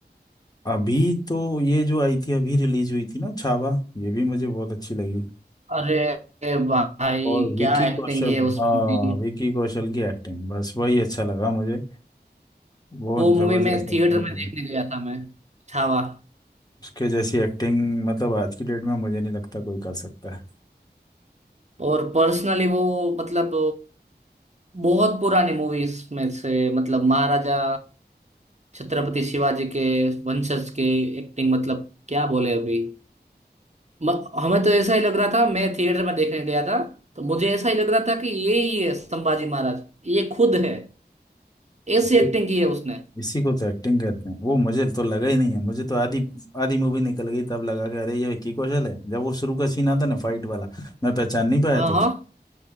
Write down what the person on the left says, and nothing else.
अभी तो ये जो आई थी अभी रिलीज हुई थी ना छावा ये भी मुझे बहुत अच्छी लगी
और विकी
कौशल
हाँ
विकी कौशल की एक्टिंग बस वही अच्छा लगा मुझे बहुत
जबरदस्त
एक्टिंग की
है।
उसके जैसी एक्टिंग मतलब आज की डेट में मुझे नहीं लगता कोई कर सकता है
है।
इसी को तो एक्टिंग कहते हैं वो मुझे तो लगा ही नहीं है मुझे तो आधी आधी मूवी निकल गई तब लगा कि अरे ये विकी कौशल है जब वो शुरू का सीन आता ना फाइट वाला मैं पहचान नहीं पाया
तो